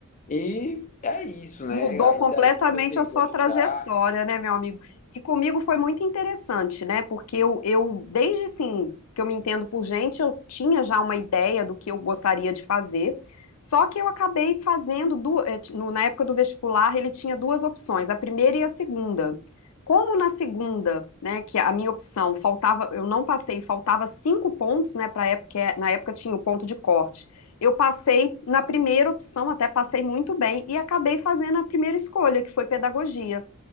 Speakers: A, on the left; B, on the left.
A: E é isso, né?
B: Mudou
A: Aí
B: completamente
A: daí comecei
B: a sua
A: a gostar,
B: trajetória, né, meu amigo? E comigo foi muito interessante, né? Porque eu, eu desde assim, que eu me entendo por gente, eu tinha já uma ideia do que eu gostaria de fazer. Só que eu acabei fazendo, du- eh, ti- no- na época do vestibular, ele tinha duas opções, a primeira e a segunda. Como na segunda, né, que a minha opção faltava, eu não passei, faltava cinco pontos, né, para época, que é- na época tinha o ponto de corte. Eu passei na primeira opção, até passei muito bem, e acabei fazendo a primeira escolha, que foi pedagogia.